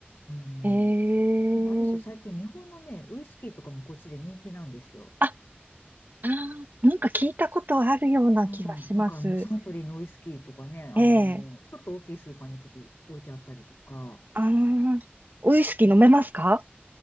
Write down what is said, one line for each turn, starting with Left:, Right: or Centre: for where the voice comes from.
Left: うん。
Right: ええ
Left: でもあれですよ、最近日本のね、ウイスキーとかもこっちで人気なんですよ。
Right: あ、ああなんか聞いたことあるような気がします。
Left: うん。なんかあの、サントリーのウイスキーとかね、あのーちょっと大きいスーパーに行くと置いてあったりとか。
Right: ええああ、ウイスキー飲めますか